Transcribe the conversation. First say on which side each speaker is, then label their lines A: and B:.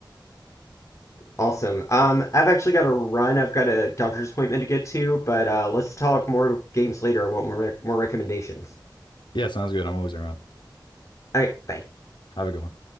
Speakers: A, on the left; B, on the left.
A: Awesome. Um, I've actually got to run. I've got a doctor's appointment to get to, but uh, let's talk more games later. I want more rec more recommendations.
B: Yeah, sounds good. I'm always around.
A: All right, bye.
B: Have a good one.